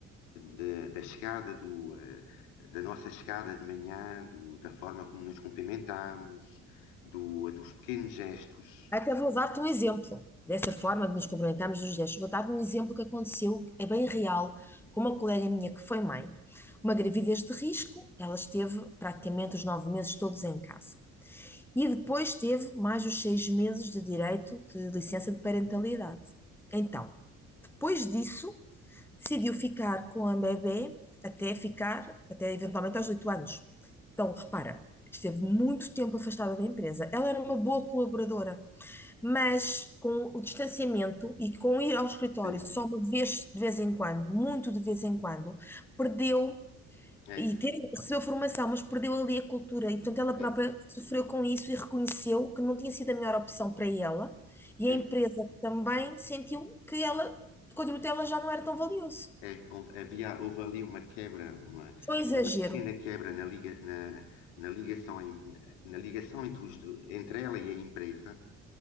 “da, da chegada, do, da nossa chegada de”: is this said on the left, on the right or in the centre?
Left